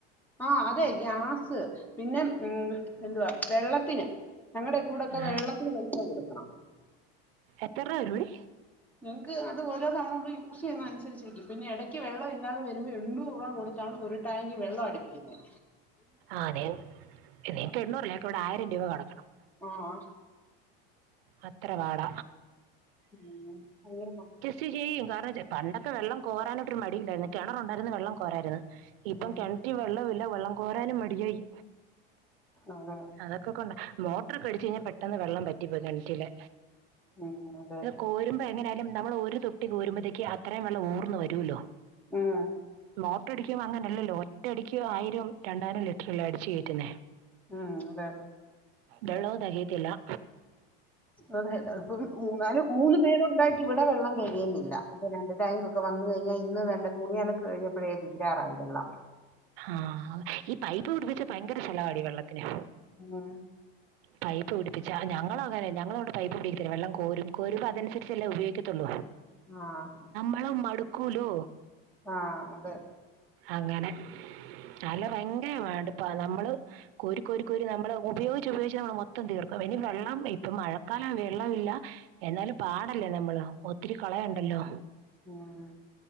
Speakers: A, in the centre; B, on the right.
A: ആഹാ അതെ ഗ്യാസ് പിന്നെ, എന്തുവാ വെള്ളത്തിന് ഞങ്ങളടെ- ഇവിടൊക്കെ
B: ആ.
A: വെള്ളത്തിന് പൈസ കൊടുക്കണം.
B: എത്രരൂവരുടി?
A: ഞങ്ങക്ക് അതോരോതവണ നമ്മൾ യൂസ് ചെയ്യുന്നതനുസരിച്ചിരിക്കും പിന്നെ ഇടയ്ക്ക് വെള്ളം ഇല്ലാതെ- വരുമ്പോ എണ്ണൂറൂപ കൊടുത്താണ് ഒരു- ടാങ്കി വെള്ളം അടിപ്പിക്കുന്നേ.
B: ആന്നേ ഇങ്ങക്കെണ്ണൂറല്ലേ? ഞങ്ങക്ക് ഇവിടെ ആയിരം രൂപ കൊടുക്കണം.
A: ആഹാ
B: അത്രവാട.
A: മ്മ്...
B: ചെയ്യും കാരണം പണ്ടൊക്കെ വെള്ളം കോരാനായിട്ടൊരു മടിയില്ലായിരുന്നു. കിണറുണ്ടായിരുന്ന്നേ വെള്ളം കോരായിരുന്നു. ഇപ്പം
A: ഉം
B: കെൺറ്റിൽ വെള്ളോമില്ല. വെള്ളം കോരാനും മടിയായി.
A: അതെ.
B: അതൊക്കെക്കൊണ്ടാ, മോട്രെക്കെടിച്ച് കഴിഞ്ഞാ പെട്ടന്ന് വെള്ളം വറ്റിപ്പോവും കെണറ്റിലെ.
A: ഉം അതെ.
B: കോരുമ്പോ എങ്ങനൊയാലും നമ്മൾ ഒരു തൊട്ടി- കോരുമ്പത്തേക്ക് അത്രയും വെള്ളം ഊർന്നു വരുല്ലോ?
A: ആഹാ.
B: മോട്ടർ അടിക്ക്മ്പോ- അങ്ങനെയല്ലല്ലോ ഒറ്റയടിക്ക് ആയിരം രണ്ടായിരം ലിറ്റർല്ലേ അടച്ച് കേറ്റുന്നേ.
A: ഉം അതെ.
B: വെള്ളോതകയത്തില്ല.
A: അതെ അതെ, ഇപ്പം മൂന്നാല് മൂന്ന്- പേരുണ്ടായിട്ട് ഇവിടെ വെള്ളം തെകയുന്നില്ല. ഇപ്പോ രണ്ട് ടാങ്കി ഒക്കെ വാ- വന്നു കഴിഞ്ഞാൽ ഇന്ന് വേണ്ട. തുണിയലക്ക് കഴിഞ്ഞപ്പോഴേ തീരാറായി വെള്ളം.
B: ആഹു ഈ പൈപ്പ് വിടിപ്പിച്ച ഭയങ്കര ചെലവാടി വെള്ളത്തിന്.
A: ആഹാ...
B: പൈപ്പ് പിടിച്ച ഞങ്ങളങ്ങനാ ഞങ്ങളയിന് പൈപ്പ് പിടിക്കത്തില്ല വെള്ളം കോരും കോരുമ്പോഅതനുസരിച്ചല്ലേ ഉപയോഗിക്കത്തുള്ളൂ
A: ആഹ
B: വെള്ളം മടുക്കൂലോ
A: ആഹ് അതെ
B: അങ്ങനെ നല്ല ഭയങ്കപാട് ഇപ്പ നമ്മള് കോരി കോരി നമ്മള് ഉപയോഗിച്ചുപയോഗി നമ്മൾ മൊത്തം തീർക്കും ഇനി വെള്ളം ഇപ്പൊ മഴക്കാല വെള്ളമില്ല എന്നാലും പാടല്ലേ നമ്മൾ ഒത്തിരി കളയണ്ടല്ലോ
A: മ്മ്ഹ്